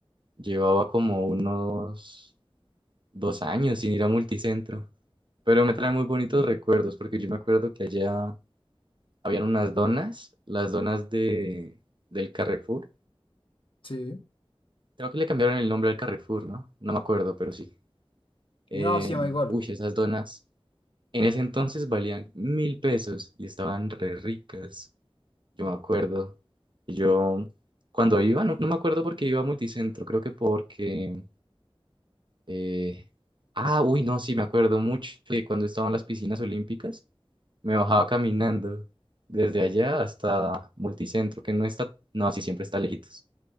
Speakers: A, on the right (about 55°); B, on the left (about 60°).
A: llevaba como unos dos años sin ir a multicentro, pero me trae muy bonitos recuerdos porque yo me acuerdo que allá habían unas donas, las donas de, del Carrefour
B: Sí.
A: Creo que le cambiaron el nombre al Carrefour, ¿no? No me acuerdo, pero sí. Eh,
B: No, se llama igual.
A: uy, esas donas. En ese entonces valían mil pesos y estaban re ricas. Yo me acuerdo. Y Yo, cuando iba, no, no me acuerdo porque iba a Multicentro, creo que porque... eh, Ah, uy, no, sí, me acuerdo mucho que cuando estaban las piscinas olímpicas, me bajaba caminando desde allá hasta Multicentro, que no está... No, sí, siempre está lejitos,